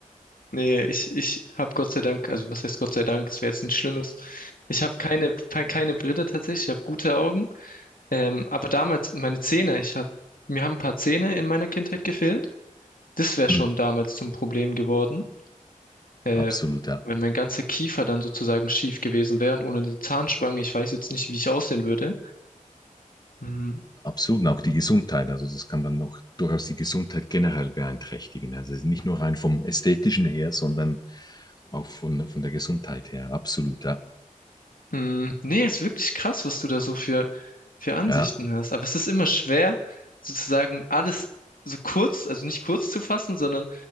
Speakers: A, on the left; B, on the left.
A: Nee, ich, ich habe Gott sei Dank, also was heißt Gott sei Dank, es wäre jetzt nichts Schlimmes. Ich habe keine, keine Brille tatsächlich, ich habe gute Augen. Ähm, aber damals, meine Zähne, ich hab, mir haben ein paar Zähne in meiner Kindheit gefehlt. Das wäre
B: Hm,
A: schon damals zum Problem geworden. Äh,
B: absolut, ja.
A: wenn mein ganzer Kiefer dann sozusagen schief gewesen wäre und ohne eine Zahnspange, ich weiß jetzt nicht, wie ich aussehen würde. Mhm.
B: Absolut, und auch die Gesundheit. Also das kann dann noch durchaus die Gesundheit generell beeinträchtigen. Also es ist nicht nur rein vom Ästhetischen her, sondern auch von, von der Gesundheit her. Absolut, ja.
A: Mhm. Nee, ist wirklich krass, was du da so für, für Ansichten
B: Ja,
A: hast. Aber es ist immer schwer, sozusagen alles so kurz, also nicht kurz zu fassen, sondern